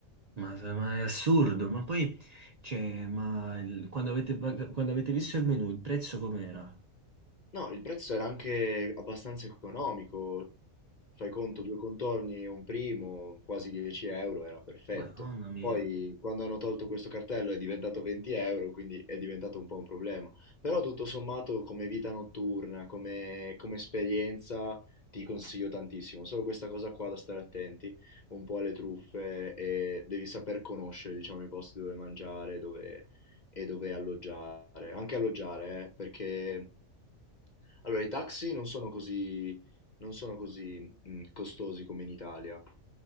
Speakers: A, on the right; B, on the left.
A: ma- ma è assurdo, ma poi cioè, ma il- quando avete, pag- quando avete visto il menù, il prezzo com'era?
B: No, il prezzo era anche abbastanza economico. Fai conto, due contorni e un primo, quasi 10 euro, era perfetto.
A: Madonna mia.
B: Poi, quando hanno tolto questo cartello è diventato 20 euro, quindi è diventato un po' un problema. Però tutto sommato, come vita notturna, come, come esperienza, ti consiglio tantissimo. Solo questa cosa qua da stare attenti, un po' alle truffe e devi saper conoscere, diciamo, i posti dove mangiare, dove e dove alloggiare. Anche alloggiare, eh, perché allora i taxi non sono così, non sono così mh, costosi come in Italia,